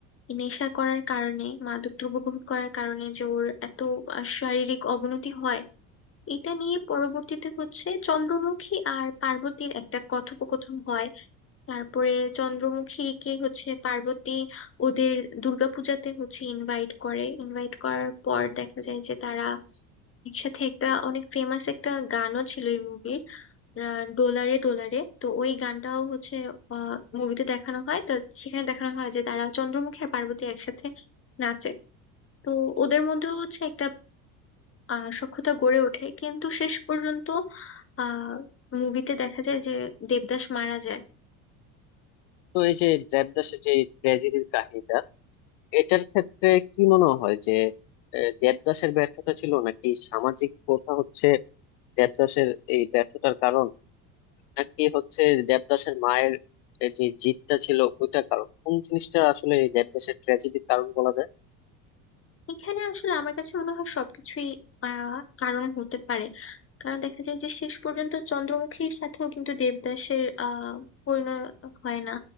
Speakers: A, on the left (about 30°); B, on the left (about 65°).
A: এই নেশা করার কারণে মাদক দ্রব্য গ্রহণ করার কারণে যে ওর এত আহ, শারীরিক অবনতি হয় এটা নিয়ে পরবর্তীতে হচ্ছে চন্দ্রমুখী আর পার্বতীর একটা কথোপকথন হয় তারপরে চন্দ্রমুখীকে হচ্ছে পার্বতী ওদের দুর্গাপূজাতে হচ্ছে ইনভাইট করে ইনভাইট করার পর দেখা যায় যে তারা একসাথে একটা অনেক ফেমাস একটা গানও ছিল এই মুভির ডোলারে ডোলারে তো ওই গানটাও হচ্ছে আহ মুভিতে দেখানো হয় তো সেখানে দেখানো হয় যে তারা চন্দ্রমুখী আর পার্বতী একসাথে নাচে তো ওদের মধ্যেও হচ্ছে একটা আহ সখ্যতা গড়ে ওঠে কিন্তু শেষ পর্যন্ত আহ মুভিতে দেখা যায় যে দেবদাস মারা যায়
B: তো এই যে দেবদাসের যে ট্র্যাজেডির কাহিনীটা এটার ক্ষেত্রে কি মনে হয় যে আহ, দেবদাসের ব্যর্থতা ছিল নাকি সামাজিক প্রথা হচ্ছে দেবদাসের এই ব্যর্থতার কারণ নাকি হচ্ছে দেবদাসের মায়ের এই যে জিদটা ছিল ওইটা কারণ কোন জিনিসটা আসলে এই দেবদাসের ট্র্যাজেডির কারণ বলা যায়
A: এখানে আসলে আমার কাছে মনে হয় সবকিছুই আহ কারণ হতে পারে কারণ দেখা যায় যে শেষ পর্যন্ত চন্দ্রমুখীর সাথেও কিন্তু দেবদাসের আহ পরিণয় হয় না